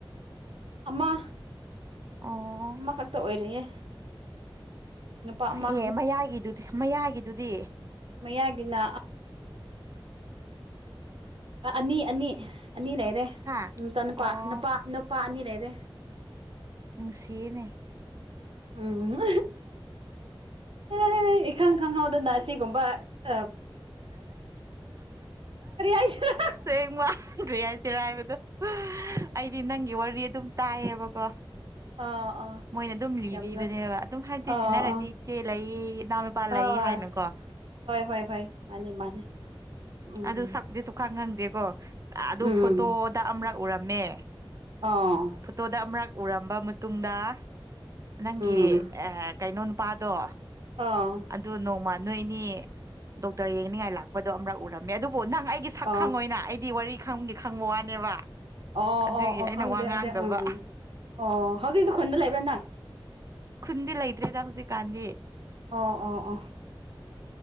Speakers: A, on the right (about 70°); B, on the right (about 35°).
A: ꯑꯃ
B: ꯑꯣ
A: ꯑꯃꯈꯛꯇ ꯑꯣꯏꯔꯤꯌꯦ ꯅꯨꯄꯥ ꯑꯃ
B: ꯑꯦ ꯃꯌꯥꯏꯒꯤꯗꯨꯗꯤ ꯃꯌꯥꯏꯒꯤꯗꯨꯗꯤ
A: ꯃꯌꯥꯒꯤꯅ ꯑꯅꯤ ꯑꯅꯤ ꯑꯅꯤ ꯂꯩꯔꯦ
B: ꯍꯥ
A: ꯃꯆꯥꯅꯨꯄꯥ
B: ꯑꯣ
A: ꯅꯨꯄꯥ ꯅꯨꯄꯥ ꯑꯅꯤ ꯂꯩꯔꯦ
B: ꯅꯨꯡꯁꯤꯌꯦꯅꯦ
A: ꯎꯝ ꯑꯦ ꯏꯈꯪ ꯈꯪꯍꯥꯎꯗꯅ ꯁꯤꯒꯨꯝꯕ ꯑ ꯀꯔꯤ ꯍꯥꯏꯁꯤꯔꯥ
B: ꯁꯦꯡꯅ ꯀꯥꯔꯤ ꯍꯥꯏꯁꯦꯔ ꯍꯥꯏꯕꯗꯣ ꯑꯩꯗꯤ ꯅꯪꯒꯤ ꯋꯥꯔꯤ ꯑꯗꯨꯝ ꯇꯥꯏꯌꯦꯕꯀꯣ
A: ꯑꯥ ꯑꯥ
B: ꯃꯣꯏꯅ ꯑꯗꯨꯝ ꯂꯤꯕꯤꯕꯅꯦꯕ
A: ꯌꯥꯝꯅ
B: ꯑꯗꯨꯝ ꯍꯥꯏꯗꯤ
A: ꯑꯥ
B: ꯇꯤꯟꯅꯔꯗꯤ
A: ꯑꯥ
B: ꯏꯆꯦ ꯂꯩ ꯏꯅꯥꯎ ꯅꯨꯨꯄꯥ ꯂꯩ
A: ꯑꯥ
B: ꯍꯥꯏꯅꯀꯣ
A: ꯍꯣꯏ ꯍꯣꯏ ꯍꯣꯏ ꯃꯥꯅꯤ ꯃꯥꯅꯤ ꯎꯝ
B: ꯑꯗꯨ ꯁꯛꯄꯨꯗꯤ ꯁꯨꯈꯪ ꯈꯪꯗꯦꯀꯣ ꯑꯗꯨ
A: ꯎꯝ
B: ꯐꯣꯇꯣꯗ ꯑꯃꯔꯛ ꯎꯔꯝꯃꯦ
A: ꯑꯥ
B: ꯐꯣꯇꯣꯗ ꯑꯃꯔꯛ ꯎꯔꯝꯕ ꯃꯇꯨꯡꯗ ꯅꯪꯒꯤ
A: ꯎꯝ
B: ꯀꯩꯅꯣ ꯄꯥꯗꯣ
A: ꯑꯥ
B: ꯑꯗꯨ ꯅꯣꯡꯃ ꯅꯣꯏꯅꯤ ꯗꯣꯛꯇꯔ ꯌꯦꯡꯅꯤꯡꯉꯥꯏ ꯂꯥꯛꯄꯗꯣ ꯑꯃꯛ ꯎꯔꯝꯃꯦ ꯑꯗꯨ ꯕꯨ ꯅꯪ ꯑꯩꯒꯤ ꯁꯛ
A: ꯑꯥ
B: ꯈꯪꯉꯣꯏꯅ ꯑꯩꯗꯤ ꯋꯥꯔꯤ ꯈꯪꯕꯒꯤ ꯈꯪꯕ ꯋꯥꯅꯦꯕ
A: ꯑꯣ
B: ꯑꯗꯨꯒꯤ
A: ꯑꯣ ꯑꯣ
B: ꯑꯩꯅ
A: ꯈꯪꯗꯦ
B: ꯋꯥ ꯉꯥꯡꯗꯕ
A: ꯑꯗ ꯎꯝ ꯑꯣ ꯍꯧꯖꯤꯛꯁꯨ ꯈꯨꯟꯗ ꯂꯩꯕ꯭ꯔꯥ ꯅꯪ
B: ꯈꯨꯟꯗꯤ ꯂꯩꯇ꯭ꯔꯦꯗ ꯍꯧꯖꯤꯛꯀꯥꯟꯗꯤ
A: ꯑ ꯑ ꯑ